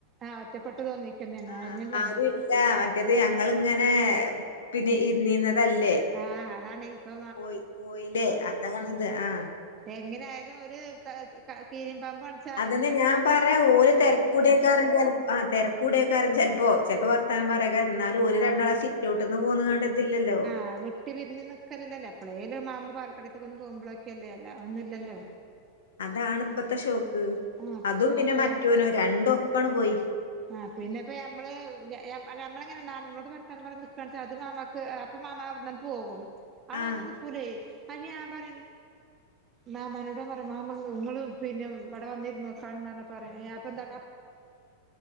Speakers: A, on the right; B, on the left.
A: ആഹ് ഒറ്റപ്പെട്ട് തോന്നീക്കന്നെ
B: ആഹ്
A: അ <inaudible> സംഭവം
B: ആരും ഇല്ല മറ്റേത് ഞങ്ങള് ഇങ്ങനെ പിന്നെ ഇരുന്നീര്ന് അതല്ലേ
A: ആഹ് അതാണ് ഇപ്പൊ
B: പോയി പോയില്ലേ അതാണിത് ആഹ
A: എങ്ങെനെ ആയാലും ഒര് ത ക കീരിം പാമ്പു ആണ്
B: അതിന് ഞാൻ പറയാ ഓര് തെരക്കൂടിയക്കാരും ആഹ് തെരെക്കൂടെയ്ക്കാരം ചെൽപ്പോ ചെൽപ്പാെ വർത്താന് പറ്യേയ്ക്കാരം ന്നാലും ഓല്
A: ആഹ്
B: രണ്ടാളും ആ സിറ്റൗ പെട്ടന്ന് പോന്ന കണ്ടിട്ടില്ലല്ലോ
A: ആ വിട്ടിരിഞ്ഞഞ് നൽക്കലല്ലല്ലേ എപ്പളേല ഒരു മാവമ്പോ
B: ഉം
A: പാലക്കടത്തേൊ ഒന്ന് പോക്പോഴൊക്കെല്ല
B: ഉം
A: അല്ല ഒന്ന ഇല്ലോ
B: അതാണ് ഇപ്പത്തെ ഷോക്ക്
A: ആഹ് ഇപ്പൊ
B: അതും
A: ഷോക്കതാ
B: പിന്നെ മറ്റാേനും രണ്ടും ഒപ്പാണ്ട് പോയി
A: ആഹ പിന്നെ പ്പ നമ്മള് നമ്മളെങ്ങനെ ആണങ്ങളോട് വർത്താനം പറഞ്ഞ നിക അത് മാമാ അപ്പം മാമാ അവ്ടാന്ന് പോകും അവ്ടെ
B: ആഹ്
A: വന്ന് നിക്കൂലേ അയല് ഞാൻ പറിം
B: <inaudible>
A: മാമനോട പറയാ മാമ ഉങ്ങളും പിന്നെ ഇവിടെ വന്നിഇരുന്ന് നോക്കാണ് എന്ന പറയും അപ്പൊ എന്താട്ടാ
B: <unintelligible>